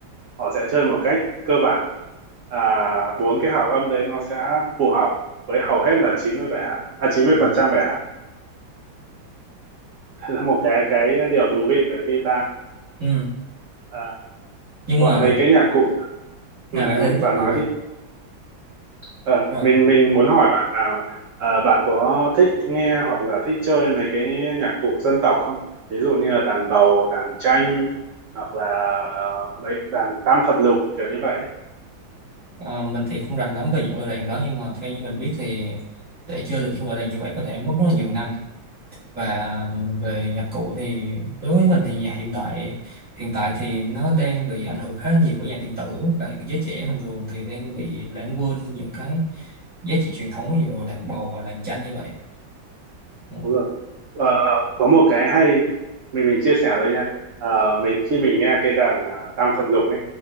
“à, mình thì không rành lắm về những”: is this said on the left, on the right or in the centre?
Centre